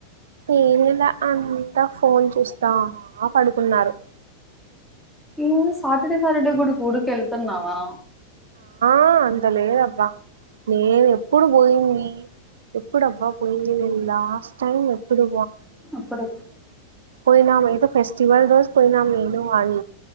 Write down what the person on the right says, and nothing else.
ఏం లేదా అంతా ఫోన్ చూస్తా పడుకున్నారు
ఆ అంత లేదబ్బా నేను ఎప్పుడు పోయింది. ఎప్పుడు అబ్బా పోఇంది లాస్ట్ టైమ్ ఎప్పుడు
పోయినా మీత ఫెస్టివల్ రోజ్ పోయిన నేను ఆయన